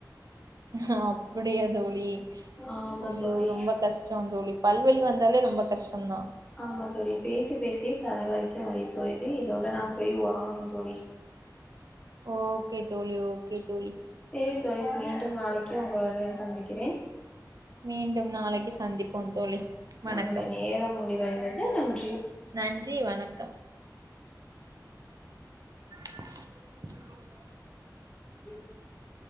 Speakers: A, on the right; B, on the left.
A: ஹ அப்டியா தோழி
B: ஆமா
A: ஐயோ
B: தோழி
A: ரொம்ப கஷ்டம் தோழி பல்வழி வந்தாலே ரொம்ப கஷ்டம்தான்
B: ஆமா தோழி பேசி பேசி தலை வரைக்கும் வழி தோழுது இதோட நாங்க போய் உறங்கணும் தோழி
A: ஓகே தோழி ஓ ஓகே தோழி
B: சேரி தோழி மீண்டும் நாளைக்கு உங்களை சந்திக்கிறேன்
A: மீண்டும் நாளைக்கு சந்திப்போம் தோழி வணக்கம்
B: நம்மளுடைய நேரம் <unintelligible>
A: நன்றி வணக்கம் <unintelligible>
B: <inaudible>